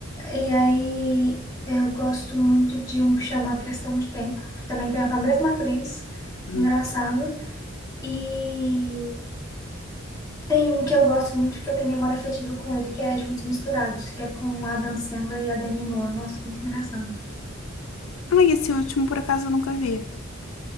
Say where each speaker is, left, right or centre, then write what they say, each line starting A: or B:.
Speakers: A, on the left (about 15°); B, on the left (about 80°).
A: E aí eu gosto muito de um que chama Questão de Tempo, que também é com a mesma atriz,
B: Uhum.
A: engraçado. E tem um que eu gosto muito, que eu tenho memória afetiva com ele, que é Juntos e Misturados, que é com a Adam Sandler e a Demi Moore. Nossa, muito engraçado.
B: Ah, e esse último, por acaso, eu nunca vi.